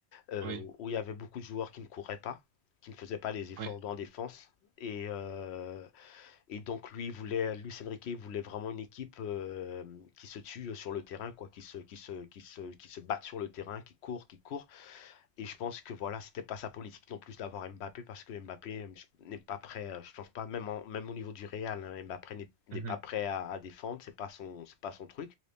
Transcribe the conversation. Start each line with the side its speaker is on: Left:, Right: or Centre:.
Left: euh,
Right: ouais,
Left: où il y avait beaucoup de joueurs qui ne couraient pas, qui ne faisaient pas les efforts
Right: oui,
Left: en défense. Et, euh, et donc lui il voulait, Luis Enrique voulait vraiment une équipe euh, qui se tue sur le terrain, quoi, qui se, qui se, qui se, qui se batte sur le terrain, qui court, qui court. Et je pense que voilà, c'était pas sa politique non plus d'avoir Mbappé parce que Mbappé n'est pas prêt, euh, je pense pas, même, en- même au niveau du Real, hein, Mbappé n'est n'est
Right: oui, mhm,
Left: pas prêt à, à défendre, c'est pas son, c'est pas son truc.